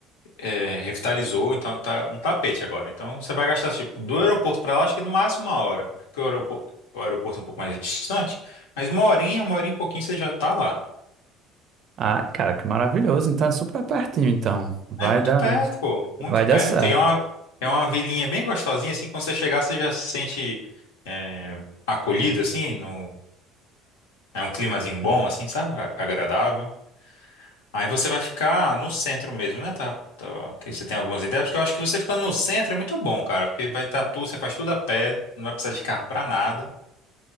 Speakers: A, on the left; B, on the right.
A: é, revitalizou, então tá um tapete agora. Então você vai gastar, tipo, do aeroporto para lá, acho que no máximo uma hora. Porque o aeroporto, o aeroporto é um pouco mais distante, mas uma horinha, uma horinha e pouquinho você já tá lá.
B: Ah, cara, que maravilhoso, então é super pertinho, então, vai
A: É muito
B: dar,
A: perto,
B: né?
A: pô, muito
B: vai dar
A: perto.
B: certo.
A: E é uma, é uma vilinha bem gostosinha, assim, quando você chegar, você já se sente. é, acolhido, assim, no, É um climazinho bom, assim, sabe? A- Agradável. Aí você vai ficar no centro mesmo, né? Tá, tá, que você tem algumas ideias, porque eu acho que você ficando no centro é muito bom, cara, porque vai estar tudo, você faz tudo a pé, não vai precisar de carro pra nada,